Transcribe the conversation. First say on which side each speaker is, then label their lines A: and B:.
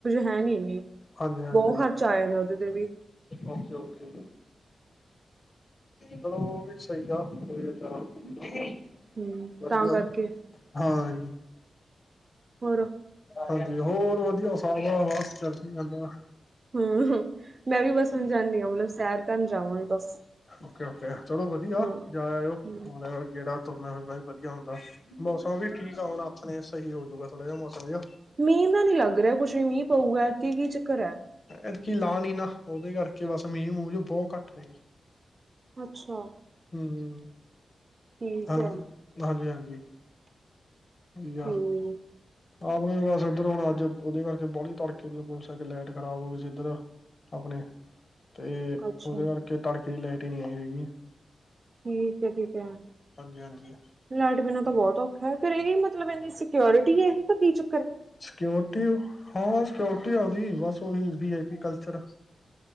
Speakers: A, on the right; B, on the left.
A: ਹੈ ਨਹੀਂ ਇੰਨੀ
B: ਹਾਂਜੀ ਹਾਂਜੀ
A: ਬਹੁਤ ਖਰਚਾ ਆਇਆ ਇਹਨਾਂ ਤੇ ਵੀ।
B: Okay okay. ਚਲੋ ਉਹ ਵੀ ਸਹੀ ਆ ਠੀਕ।
A: ਹਮ
B: ਵਧੀਆ
A: ਤਾਂ ਕਰਕੇ
B: ਹਾਂ।
A: ਹੋਰ
B: ਹਾਂਜੀ ਹੋਰ ਵਧੀਆ ਸਭ ਚੜਦੀ ਕਲਾ।
A: ਹੁ ਹੁ ਮੈਂ ਵੀ ਬੱਸ ਜਾਂਦੀ ਹਾਂ ਮਤਲਬ ਸੈਰ ਕਰਨ ਜਾਵਾਂ ਬਸ।
B: ਓਕੇ ਓਕੇ ਚਲੋ ਵਧੀਆ
A: ਹਮ
B: ਜਾ ਆਇਓ
A: ਹਮ
B: ਗੇੜਾ ਤੁਰਨਾ ਫਿਰਨਾ ਹੀ ਵਧੀਆ ਹੁੰਦਾ ਮੌਸਮ ਵੀ ਠੀਕ ਆ ਹੁਣ ਆਥਣੇ ਸਹੀ ਹੋਜੂਗਾ ਥੋੜਾ ਜਿਹਾ ਮੌਸਮ ਜਿਹਾ।
A: ਮੀਂਹ ਮਨੂ ਲੱਗ ਰਿਹਾ ਕੁੱਛ ਵੀ ਮੀਂਹ ਪਊਗਾ ਐਦਕੀ ਕੀ ਚੱਕਰ ਹੈ
B: ਐ ਦਕੀ ਲਾ ਨੀ ਨਾ ਉਹਦੇ ਕਰਕੇ ਬਸ ਮੀਂਹ ਮੂੰਹ ਬਹੁਤ ਘੱਟ ਨੇ।
A: ਅੱਛਾ
B: ਹੁੰ।
A: ਠੀਕ
B: ਹਾਂ
A: ਹੈ
B: ਹਾਂਜੀ ਹਾਂਜੀ। ਯਾ।
A: ਹਮ
B: ਆਪਣੀ ਬਸ ਇੱਧਰ ਹੁਣ ਅੱਜ ਉਹਦੇ ਕਰਕੇ ਬਾਲੀ ਤੜਕੇ ਦੀ ਮੋਟਰਸਾਈਕਲ ਲਾਈਟ ਖ਼ਰਾਬ ਹੋ ਗਈ ਸੀ ਇੱਧਰ। ਆਪਣੇ ਤੇ
A: ਅੱਛਾ
B: ਉਹਦੇ ਕਰਕੇ ਤੜਕੇ ਲਾਈਟ ਨਹੀਂ ਆਈ ਹੈਗੀ।
A: ਠੀਕ ਏ ਠੀਕ ਏ।
B: ਹਾਂਜੀ ਹਾਂਜੀ।
A: ਲਾਈਟ ਬਿਨਾਂ ਤਾਂ ਬਹੁਤ ਔਖਾ ਫਿਰ ਇਹੀ ਮਤਲਬ ਇਨੀ ਸਿਕਿਉਰਿਟੀ ਇਹੀ ਤਾਂ ਕੀ ਚ
B: ਸਕਿਓਰਟੀ ਹਾਂ ਹਾਂ ਸਕਿਓਰਟੀ ਉਹਦੀ ਬਸ ਉਹੀ ਵੀ ਆਈ ਪੀ ਕਲਚਰ।